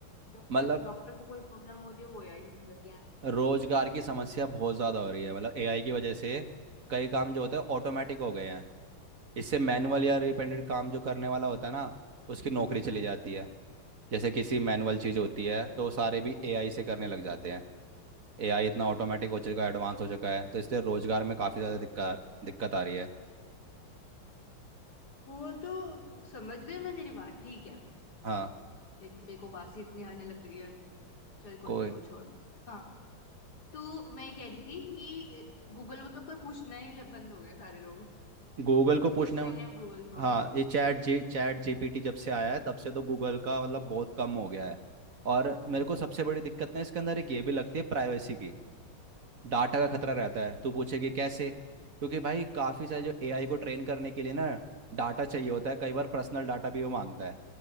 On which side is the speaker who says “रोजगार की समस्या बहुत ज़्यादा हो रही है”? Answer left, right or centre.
Right